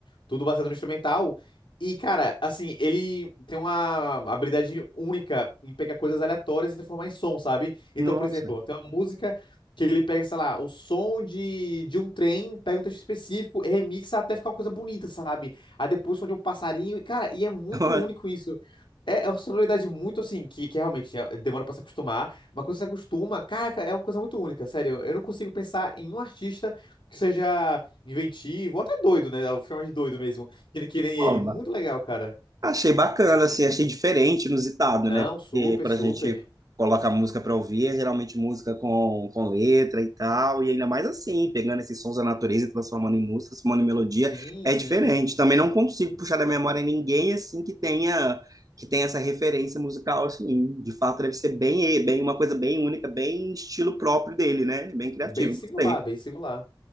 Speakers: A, on the left (about 70°); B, on the right (about 45°).
A: tudo baseado no instrumental. E, cara, assim, ele tem uma habilidade única em pegar coisas aleatórias e transformar em som, sabe? Então,
B: Nossa.
A: por exemplo, tem uma música que ele pega, sei lá, o som de, de um trem, pega um trecho específico, remixa até ficar uma coisa bonita, sabe? Aí depois o som de um passarinho, e, cara, e é muito
B: <laughs>
A: único isso. É, é uma sonoridade muito assim, que, que realmente é- demora pra se acostumar, mas quando você se acostuma, caraca, é uma coisa muito única, sério. Eu não consigo pensar em um artista que seja inventivo, até doido, né? Dá pra chamar de doido mesmo. Que, que nem
B: Ó,
A: ele. Muito legal, cara.
B: Achei bacana, assim, achei diferente, inusitado,
A: Não,
B: né? Porque
A: super,
B: quando
A: super.
B: a gente coloca música para ouvir, é geralmente música com, com letra e tal, e ainda mais assim, pegando esses sons da natureza e transformando em música, transformando em melodia,
A: Sim,
B: é
A: sim.
B: diferente. Também não consigo puxar da memória ninguém, assim, que tenha que tenha essa referência musical, assim. De fato, deve ser bem, bem uma coisa bem única, bem estilo próprio dele, né? Bem criativo,
A: Bem singular,
B: gostei.
A: bem singular.